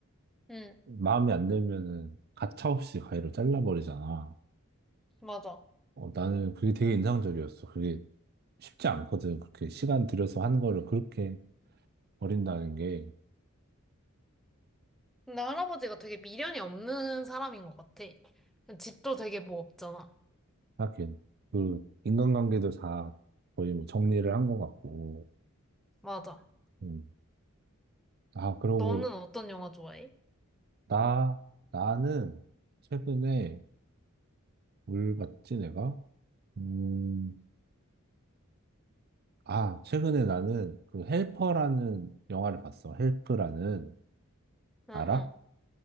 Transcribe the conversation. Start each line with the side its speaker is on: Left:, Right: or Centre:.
Centre: 응,
Right: 마음에 안 들면은 가차없이 가위로 잘라버리잖아.
Centre: 맞아.
Right: 어, 나는 그게 되게 인상적이었어. 그게 쉽지 않거든. 그렇게 시간 들여서 한 거를 그렇게 버린다는 게,
Centre: 근데 할아버지가 되게 미련이 없는 사람인 것 같아. 집도 되게 뭐 없잖아.
Right: 하긴, 그, 인간관계도 다 거의 뭐 정리를 한 것 같고,
Centre: 맞아.
Right: 음. 아, 그러고
Centre: 너는 어떤 영화 좋아해?
Right: 나, 나는 최근에 뭘 봤지, 내가? 음, 아, 최근에 나는 그 헬퍼라는 영화를 봤어. 헬프라는.
Centre: 응,
Right: 알아?
Centre: 응.